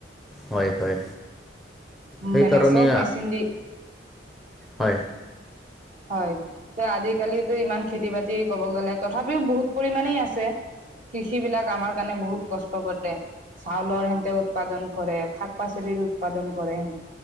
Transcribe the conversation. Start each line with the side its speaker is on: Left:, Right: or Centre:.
Centre: হয় হয়
Right: উ
Centre: সেইকাৰণে
Right: মানে চব মেচিন দি
Centre: হয়
Right: হয় আজিকালিতো ইমান খেতি বাতি কব গ'লে তথাপিও বহুত পৰিমমানে আছে। কৃষ বিলাক আমাৰ কাৰণে বহুত কষ্ট কৰে চাউলৰ সেহতে উৎপাদন কৰে শাক পাচলি উৎপাদন কৰে